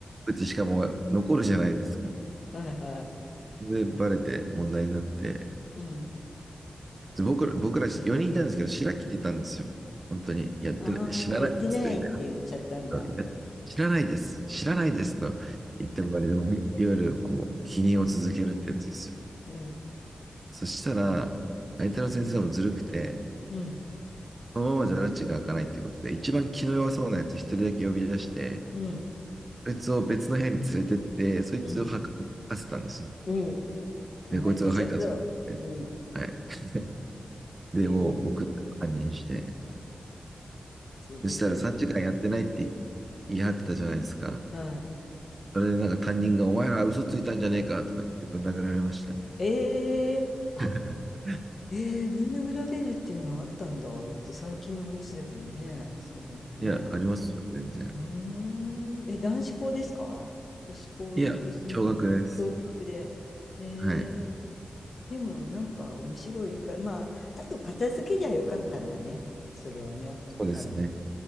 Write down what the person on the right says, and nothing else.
うちしかも残るじゃないですか。
で、バレて問題になって、
で僕ら、僕ら4人いたんですけど、白着てたんですよ。本当に。やってない、
知らないです、
みたいないや知らないです、知らないです、と言っても割と、いわゆるこう、否認を続けるってやつですよ。
そしたら、相手の先生もずるくて、
このままじゃ拉致が開かないっていうことで、一番気の弱そうなやつ一人だけ呼び出して、
そいつを別の部屋に連れてって、そいつを吐かせたんですよ。
で、
こいつが入ったぞって。
はい。<laughs> で、
もう僕、犯人して、
そしたら3時間やってないって言い張ってたじゃないですか。
それでなんか担任がお前ら嘘ついたんじゃねえかとか言ってぶん殴られましたね。
<laughs>
いや、ありますよ、全然。
いや、
驚愕です。
はい。
そうですね。